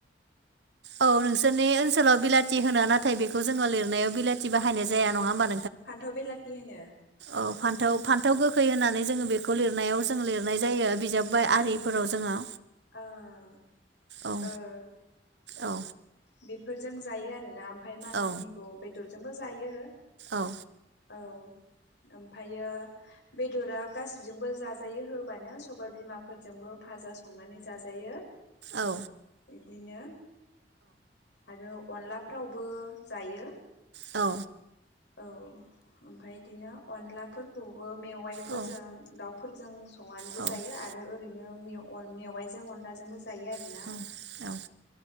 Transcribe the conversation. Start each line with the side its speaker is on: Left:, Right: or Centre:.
Right: औ नोंसोरनि ओनसोलाव बिलाथ थि होनो नाथाय बेखौ जोङो लिरनायाव बिलाथि बाहायनाय जाया नङा होमबा नोंथ
Left: फान्थाव बेलाथि होनो।
Right: औ फान्थाव फान्थाव गोखै होनानै जोङो बेखौ लिरनायाव जों लिरनाय जायो बिजाब बाय आरिफोराव जोङो
Left: ओं
Right: औ
Left: ओह
Right: औ
Left: बेफ बेफोरजों जायो आरोना ओमफ ओमफ्राय माना
Right: औ
Left: मुनिखौ बेदर जोंबो जायो
Right: औ
Left: औ ओमफायो बेदरा गासिजोंबो जाजायो होबानो सबाय बिमाफोरजोंबो फाजा सं संनानै जाजायो।
Right: औ
Left: बिदिनो आरो अनलाफ्रावबो जायो।
Right: औ
Left: औ ओमफ्राय इदिनो अनलाफोरखौबो मेवाइफोरजों
Right: औ
Left: दाउफोरजों संनानैबो
Right: औ
Left: जायो आरो ओरैनो मेव मेवाइजों अनलाजोंबो जा जायो आरो
Right: औ
Left: ना।
Right: औ